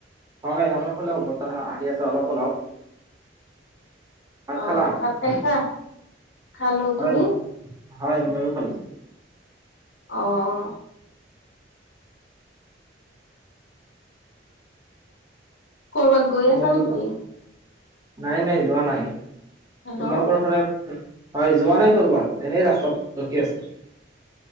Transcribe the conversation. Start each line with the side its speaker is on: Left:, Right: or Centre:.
Right: হয়, আমাৰ ফালেও বতাহ আহি আছে অলপ অলপ। ভাত
Left: অ',
Right: খালা?
Left: ভাত খাইছা? খালো,
Right: হয়
Left: তুমি?
Right: হয় ময়ো খালো।
Left: অহ। ক'ৰবাত গৈ
Right: তোমাৰ
Left: আছা নেকি?
Right: নাই নাই যোৱা নাই।
Left: হেল্ল'
Right: তোমালোকৰ সদায় খ হয়, যোৱা নাই কৰবাত, এনেই ৰাস্তাত ৰখি আছো।